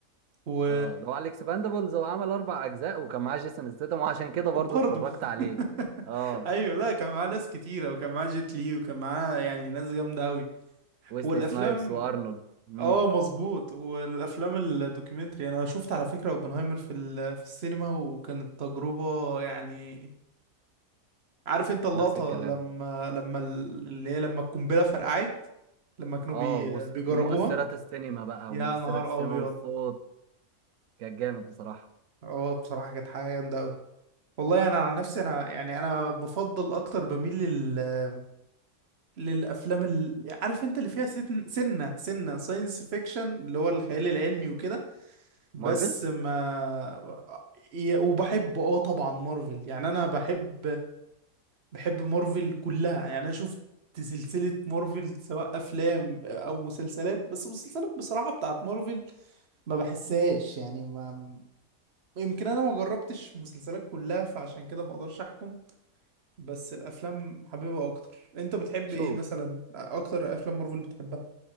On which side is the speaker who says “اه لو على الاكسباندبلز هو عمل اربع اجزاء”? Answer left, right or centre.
Right